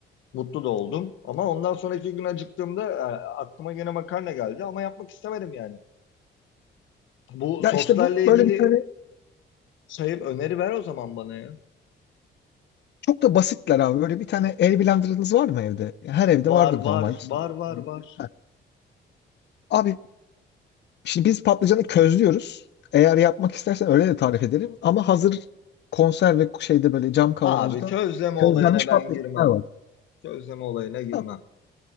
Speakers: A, on the left; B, on the left.
A: mutlu da oldum. Ama ondan sonraki gün acıktığımda e, aklıma gene makarna geldi ama yapmak istemedim yani. Bu
B: Ya
A: soslarla
B: işte bu
A: ilgili
B: böyle bir tane
A: şey öneri ver o zaman bana ya.
B: çok da basitler abi. Böyle bir tane el blenderınız var mı evde? Ya Her evde
A: Var
B: vardır
A: var
B: normalde.
A: var var var.
B: Ha. Abi şimdi biz patlıcanı közlüyoruz. Eğer yapmak istersen öyle de tarif ederim. Ama hazır konserve şeyde böyle cam kavanozda
A: Abi közleme
B: közlenmiş
A: olayına ben
B: patlıcanlar
A: girmem.
B: var.
A: Közleme olayına girmem.
B: Ha,